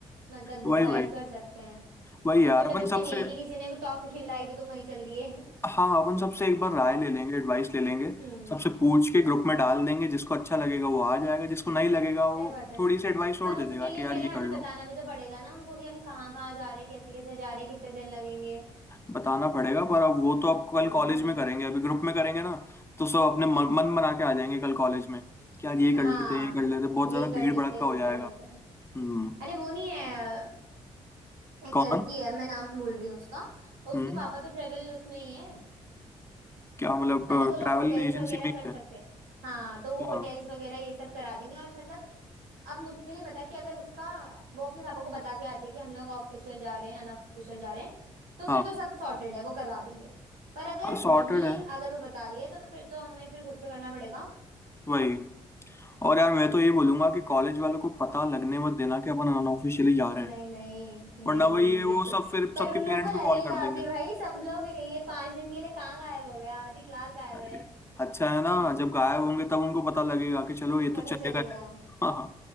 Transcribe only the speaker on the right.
मतलब डिसाइड
कर सकते हैं
अब
छोटे
बच्चे
नहीं है कि किसी ने कोई टॉफी खिलाई तो तुम वहीं चल दिए
हम्म
सही
बात है
पर उसके
लिए
पहले
हमें
बताना भी तो पड़ेगा ना उनको कि हम कहाँ कहाँ जा रहे हैं कैसे कैसे जा रहे हैं कितने दिन लगेंगे
हम्म
हाँ
ये कर
लेते
हैं
वो
कर लेते हैं
अरे वो नहीं है एक
लड़की है मैं नाम भूल रही हूँ उसका और उसके
पापा तो ट्रेवल उसमें ही है
मतलब वो लोग
होटेल्स
वगैरह
कर
सकते
हैं हाँ तो
वो होटेल्स वगैरह ये सब करा देंगे और मतलब अब मुझे नहीं पता कि अगर उसका वो अपने पापा को बता के आते हैं कि हम लोग ऑफिशियल जा रहे हैं अनऑफिशियल जा रहे हैं तो
फिर तो सब सॉर्टेड है वो करवा देंगे पर अगर
नहीं
अगर वो बता रही है तो फिर तो हमें फिर खुद से करना पड़ेगा
नहीं
नहीं
नहीं
बिल्कुल
पर
उन लोगों
को
लगेगा
कि भाई सब लोग ये पांच दिन के लिए कहाँ गायब हो गया आधी क्लास गायब
है
<laughs>
पता
चलेगा